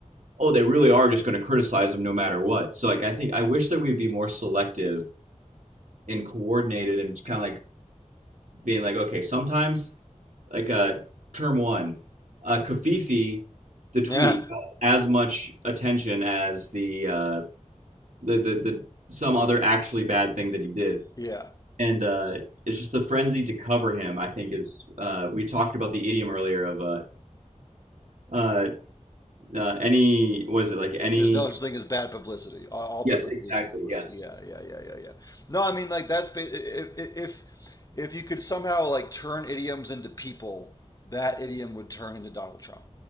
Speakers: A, on the right; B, on the left.
A: oh, they really are just going to criticize them no matter what. So like I think I wish that we'd be more selective and coordinated and kind of like being like, okay, sometimes like uh term one, uh Kafifi, the tweet
B: yeah,
A: got as much attention as the uh the the, the some other actually bad thing that he did.
B: yeah.
A: And uh it's just the frenzy to cover him, I think is uh we talked about the idiom earlier of uh uh, uh any was it like any
B: There's no such thing as bad publicity. All, all
A: yes
B: publicity
A: exactly
B: is good publicity.
A: yes
B: Yeah, yeah, yeah, yeah, yeah. No, I mean like that's ba- if if if you could somehow like turn idioms into people, that idiom would turn into Donald Trump.